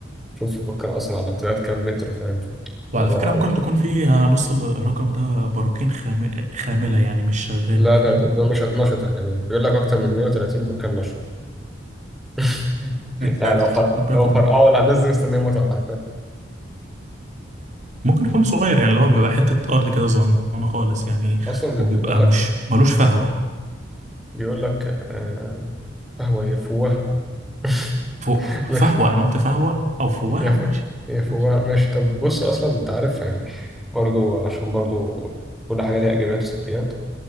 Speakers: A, in the centre; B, on the right.
A: شوف بكر أصلا على امتداد كام متر فاهم في
B: وعلى
A: الموضوع
B: فكرة
A: أو
B: ممكن تكون فيها نص ال- الرقم ده براكين خام... خاملة يعني مش شغالة
A: لا
B: فاهم
A: ده ده ده نشط نشطة كمان بيقول لك أكتر من 130 بركان نشط <laughs> يعني
B: يا ساتر
A: لو فرق
B: ربنا
A: لو
B: يكون
A: فرقعوا
B: معاك.
A: ولا هننزل مستنية متعة حرفيا
B: ممكن يكون صغير يعني اللي هو بيبقى حتة أرض كده صغننة خالص يعني
A: أصلا بي-
B: وبيبقى
A: بيقول لك
B: مش ملوش فهوة
A: بيقول لك آه، فهو يفوه <laughs>
B: فوق
A: ماشي
B: فهوة أنا قلت فهوة أو فوهة
A: يفك
B: ماشي
A: يفوه
B: ماشي
A: ماشي طب بص أصلا أنت عارف يعني برضو عشان برضو كل حاجة ليها إيجابيات وسلبيات